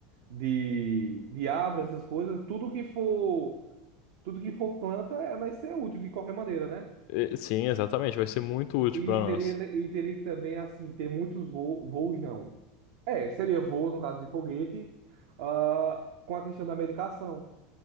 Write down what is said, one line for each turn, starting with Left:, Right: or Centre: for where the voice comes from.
Right: de, de árvore, essas coisas, tudo que for, tudo que for planta eh, vai ser útil de qualquer maneira, né?
Left: E- Sim, exatamente, vai ser muito útil
Right: E
Left: para nós.
Right: teria, e teria que também, assim, ter muitos voos, voos não. É, seria voos, no caso de foguete, ah, com a questão da medicação.